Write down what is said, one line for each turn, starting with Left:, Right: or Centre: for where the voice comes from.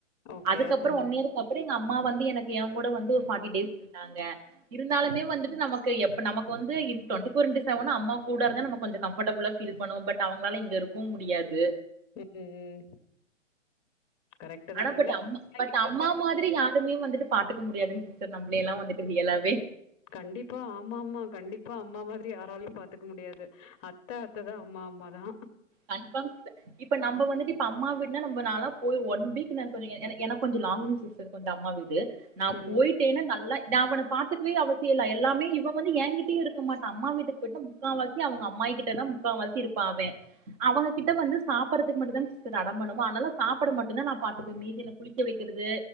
Left: ஓகே.
Right: அதுக்கப்றோ
Left: ம்.
Right: ஒன் இயருக்கப்றோ அம்மா வந்து எனக்கு ஏங்கூட வந்து ஒரு ஃபார்டி டேஸ் இருந்தாங்க இருந்தாலுமே வந்துட்டு நமக்கு எப் நமக்கு வந்து இப் டொன்ட்டி ஃபோர் இண்ட் செவன் அம்மா கூட இருந்தா நம்ம கொஞ்ச கம்ஃபர்டபுளா ஃபீல் பண்ணுவோ பட் அவ ங்களால இங்க இருக்கவூ முடியாது
Left: ம், ம். கரெக்ட்டு
Right: ஆனா
Left: தான். இல்ல
Right: பட் அம்
Left: நம்ம
Right: பட்
Left: எதிர்பார்த்து
Right: அம்மா மாத்ரி யாருமே வந்துட்டு பாத்துக்க முடியாதுங் சிஸ்டர் நம்ளே எல்லா வந்துட்டு ரியலாவே
Left: கண்டிப்பா ஆமாமா கண்டிப்பா அம்மா மாத்ரி யாராலையூ பாத்துக்க முடியாது அத்த அத்ததா அம்மா அம்மா தா
Right: கன்ஃபாம் சிஸ்டர் இப்ப நம்ப வந்துட்டு இப்ப அம்மா வீட் என்ன நம்ப நாளா போய் ஒன் வீக் நா கொஞ்ச எனக் கொஞ்சோ லாங் சிஸ்டர் கொஞ்சோ அம்மா வீடு நா
Left: ம்.
Right: போயிட்டேனா நல்லா நா அவன பாத்துக்கவே அவசியோ இல்ல எல்லாமே இவ வந்து ஏங்கிட்டேயூ இருக் க மாட்டா அம்மா வீட்டுக்கு போய்ட்டா முக்காவா அவுங்க அம்மாயிகிட்டதா முக்காவாசி இருப்பா அவ அவங்ககிட்ட வந்து சாப்படதுக்கு மட்டுந்தா சிஸ்டர் அடம்பண்ணு ஆனால சாப்பட மட்டுந்தா நா பாத்துப்பே மீதிலா குளிக்க வெக்கிறது